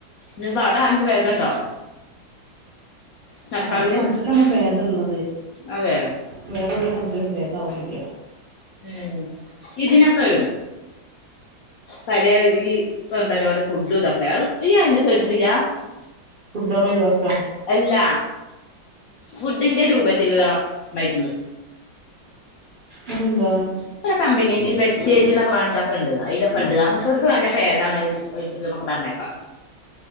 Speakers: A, on the left; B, on the right.
A: നിപ്പ അവിടെ ഹാൻച്‌ വേദണ്ടോ.. നടക്കാവില്
B: ആ അവിടെ കാണിച്ചിട്ടാണ് ഭേദള്ളത്
A: അതെ
B: വേറെവുടെ കാണിച്ചാലും ഭേദാവുണില്ല്യ..
A: ഉം. ഇതിനൊക്കെ.. പലേ ഈ പ്പൊണ്ടല്ലോ ഓരോ ഫുഡു തൊക്കെ. <unintelligible>
B: ഫുഡോളൊയിവാക്
A: അല്ലാ ഫുഡിന്റെ രൂപത്തില്ള്ള മര്ന്ന്..
B: അഹെന്താ.
A: <unintelligible> കംമ്പിനിടെ ബേസ്.. ചേച് ന്നൊക്കെ വാങ്ങിച്ചാക്കെണ്ട് അതിലൊക്കെണ്ട് അങ്ങൻതൊര്ക് നല്ല പേദാണ് ത് ഒഴിച്ചിട്ട്ന്നൊക്കെ പർണേക്കാ..